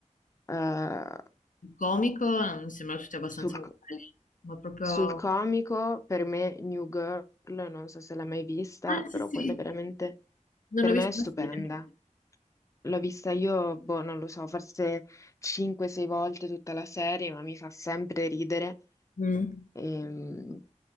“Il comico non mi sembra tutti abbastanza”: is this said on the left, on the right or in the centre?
Left